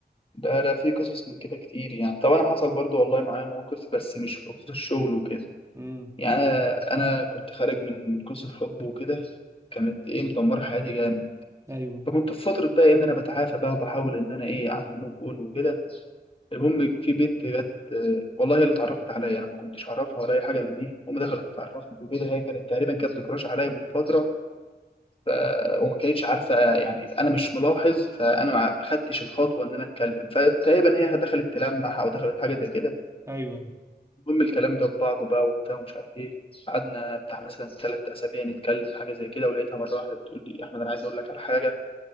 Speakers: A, on the left; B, on the right.
A: ده ده في قصص من كده كتير يعني طب انا حصل برضه والله معايا موقف بس مش في قصص الشغل وكده
B: امم
A: يعني انا كنت خارج من قصه حب وكده كانت ايه مدمره حياتي جامد
B: ايوه
A: فكنت في فتره بقى ان انا بتعافى بقى وبحاول ان انا ايه اعمل موف اون وكده المهم
B: مم.
A: في بنت جت آه، والله هي اللي اتعرفت عليا انا ما كنتش اعرفها ولا اي حاجه من دي هم دخلت اتعرفت وكده هي كانت تقريبا كانت بتكراش عليا من فتره ف... وما كانتش عارفه يعني انا مش ملاحظ فانا ما ما خدتش الخطوه ان انا اتكلم فتقريبا هي دخلت تلمح او دخلت حاجه زي كده
B: ايوه ايوه
A: المهم الكلام جاب بعضه بقى وبتاع ومش عارف ايه قعدنا بتاع مثلا ثلاث اسابيع نتكلم حاجه زي كده ولقيتها مره واحده بتقول لي احمد انا عايز اقول لك على حاجه